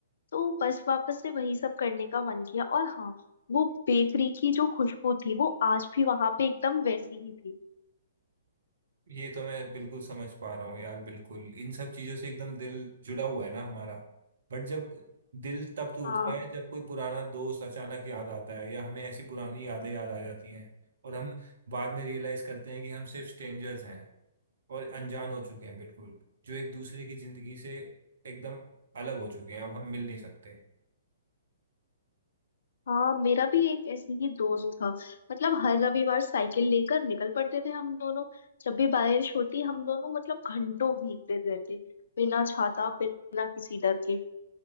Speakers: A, on the left; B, on the right.
A: तो बस वापस से वही सब करने का मन किया और हाँ वो बेकरी की जो खुशबू थी वो आज भी वहां पे एकदम वैसी ही थी
B: ये तो मैं बिल्कुल समझ पा रहा हूँ यार बिल्कुल इन सब चीजों से एकदम दिल जुड़ा हुआ है ना हमारा बट जब दिल तब टूटता
A: हाँ
B: है जब कोई पुराना दोस्त अचानक याद आता है या हमें ऐसी पुरानी यादें याद आ जाती हैं और हम बाद में रियलाइज करते हैं कि हम सिर्फ स्ट्रेंजर्स हैं और अनजान हो चुके हैं बिल्कुल जो एक दूसरे की जिंदगी से एकदम अलग हो चुके हैं अब हम मिल नहीं सकते
A: हाँ मेरा भी एक ऐसे ही दोस्त था मतलब हर रविवार साइकिल लेकर निकल पड़ते थे हम दोनों जब भी बारिश होती हम दोनों मतलब घंटों भीगते रहते बिना छाता बिना किसी डर के